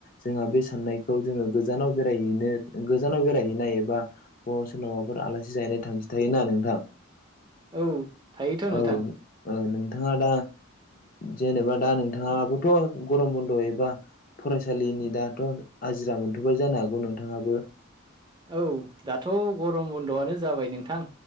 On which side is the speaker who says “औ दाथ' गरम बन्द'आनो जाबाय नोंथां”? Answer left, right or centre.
Right